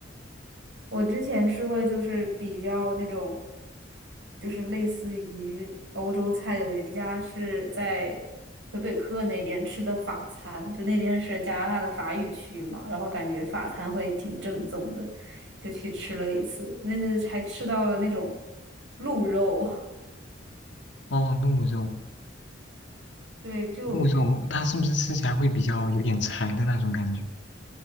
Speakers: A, on the right; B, on the left.
A: 我之前吃过，就是比较那种，就是类似于欧洲菜，有一家是在魁北克那边吃的法餐，就那边是加拿大的法语区嘛，然后感觉法餐会挺正宗的，就去吃了一次，那次还吃到了那种鹿肉，
B: 哦，鹿肉，
A: <laughs> 对，就
B: 鹿肉它是不是吃起来会比较有点柴的那种感觉？